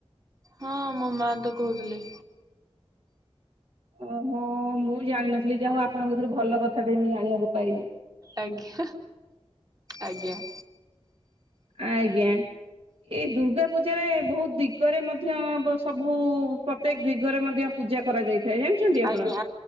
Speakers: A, on the right; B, on the right.
A: ହଁ ମୋ ମା ତ କହୁଥିଲେ।
B: ଓହୋ ମୁଁ ଜାଣିନଥିଲି ଯାହା ହଉ ଆପଣଙ୍କ ଧୁରୁ ଭଲ କଥାଟେ ମୁଁ ଜାଣିବାକୁ ପାଇଲି।
A: ଆଜ୍ଞା ଆଜ୍ଞା।
B: ଆଜ୍ଞା। ଏଇ ଦୁର୍ଗା ପୂଜାରେ ବହୁତ ଦିଗରେ ମଧ୍ୟ ବ ସବୁ ପ୍ର ପ୍ରତ୍ୟେକ ଦିଗରେ ମଧ୍ୟ ପୂଜା କରାଯାଇଥାଏ ଜାଣିଛନ୍ତି ଆପଣ?
A: ଆଜ୍ଞା